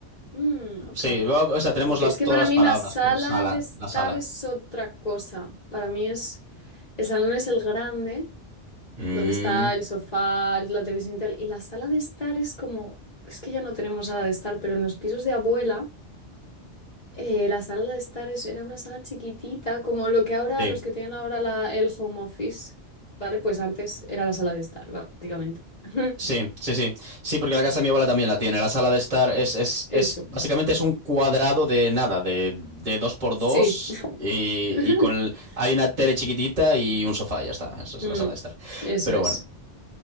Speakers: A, on the left; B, on the right.
A: Mm, ok.
B: Sí, o o sea, tenemos
A: Ok,
B: las,
A: es que
B: todas
A: para
B: las
A: mí
B: palabras,
A: la sala
B: pero sala,
A: de estar
B: la sala.
A: es otra cosa. Para mí es, el salón es el grande,
B: Mm,
A: donde está el sofá, la televisión y tal. Y la sala de estar es como, es que ya no tenemos sala de estar, pero en los pisos de abuela. Eh, la sala de estar es- era una sala chiquitita, como lo que ahora,
B: sí,
A: los que tienen ahora la- el home office, ¿vale? Pues antes era la sala de estar, básicamente. <laughs>
B: sí, sí, sí. Sí, porque la casa de mi abuela también la tiene. La sala de estar es, es, es
A: Eso,
B: básicamente es un cuadrado de nada, de, de dos por
A: sí.
B: dos. Y,
A: <laughs>
B: y con el- hay una tele chiquitita y un sofá, y ya está. Esa es
A: Mm,
B: la sala de estar.
A: Eso
B: Pero
A: es.
B: bueno.